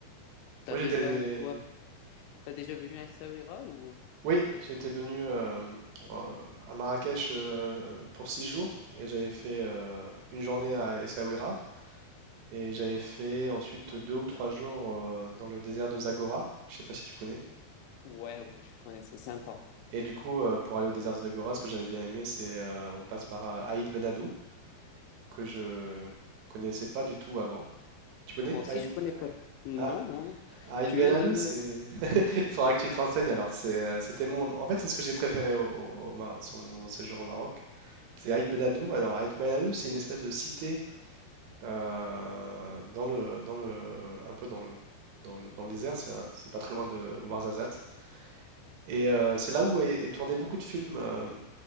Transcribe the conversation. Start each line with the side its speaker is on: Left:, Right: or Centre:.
Left: T'as
Right: Moi j'étais,
Left: déjà, toi, t'as déjà venu à Essaouira ou?
Right: oui, j'étais venu euh, euh, à Marrakech euh, pour six jours et j'avais fait euh, une journée à Essaouira Et j'avais fait ensuite deux ou trois jours euh, dans le désert de Zagora. Je sais pas si tu connais.
Left: Ouais, ouais, je connais, c'est sympa.
Right: Et du coup, euh, pour aller au désert de Zagora, ce que j'avais bien aimé, c'est euh, on passe par euh, Aït Ben Haddou, que je connaissais pas du tout avant. Tu connais
Left: Moi aussi,
Right: Aït?
Left: je connais
Right: Ouais.
Left: pas. Non,
Right: Ah,
Left: non, non.
Right: Aït
Left: Tu
Right: Ben
Left: viens
Right: Haddou,
Left: de me...
Right: c'est. <laughs> Il faudra que tu te renseignes. Alors, c'est, euh, c'était mon. En fait, c'est ce que j'ai préféré au, au- au Mar- sur mon séjour au Maroc. C'est Aït Ben Haddou. Alors, Aït Ben Haddou, c'est une espèce de cité euh, dans le, dans le, un peu dans le, dans le, dans le désert, c'est un- c'est pas très loin de Ouarzazate. Et euh, c'est là où est, est tourné beaucoup de films euh,